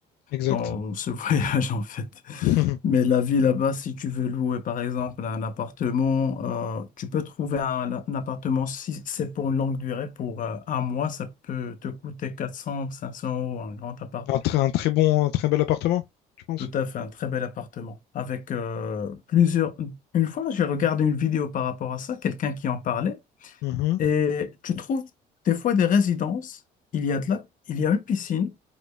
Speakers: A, on the left; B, on the left.
A: Exact.
B: dans ce <laughs> voyage en fait.
A: <laughs>
B: Mais la vie là-bas, si tu veux louer par exemple un appartement, euh, tu peux trouver un, un appartement si c'est pour une longue durée, pour euh, un mois, ça peut te coûter quatre cents, cinq cents euros, un grand appart.
A: Un très, un très bon, un très bel appartement, je pense.
B: Tout à fait, un très bel appartement. Avec euh, plusieurs. Une fois, j'ai regardé une vidéo par rapport à ça, quelqu'un qui en parlait,
A: Mhm.
B: et tu trouves des fois des résidences, il y a de la... il y a une piscine.